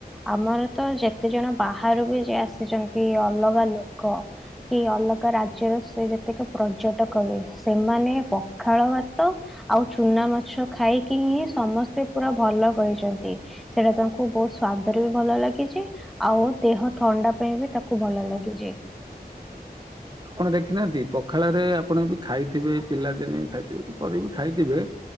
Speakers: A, in the centre; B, on the right (about 25°).
A: ଆମର ତ ଯେତେ ଜଣ ବାହାରୁ ବି ଯଏ ଆସିଛନ୍ତି ଅଲଗା ଲୋକ କି ଅଲଗା ରାଜ୍ୟର ସେ ଯେତକ ପର୍ଯ୍ୟଟକ ହୁଏ ସେମାନେ ପଖାଳ ଭାତ ଆଉ ଚୁନା ମାଛ ଖାଇକି ହିଁ ସମସ୍ତେ ପୁରା ଭଲ କହିଛନ୍ତି। ସେଇଟା ତାଙ୍କୁ ବହୁତ ସ୍ଵାଦରେ ବି ଭଲ ଲାଗିଛି। ଆଉ ଦେହ ଥଣ୍ଡା ପାଇଁ ବି ତାକୁ ଭଲ ଲାଗିଚି।
B: ଆପଣ ଦେଖିନାହାନ୍ତି ପଖାଳରେ ଆପଣ ବି ଖାଇଥିବେ ପିଲାଦିନେ ଖାଇଥିବେ କି ପରେ ବି ଖାଇଥିବେ।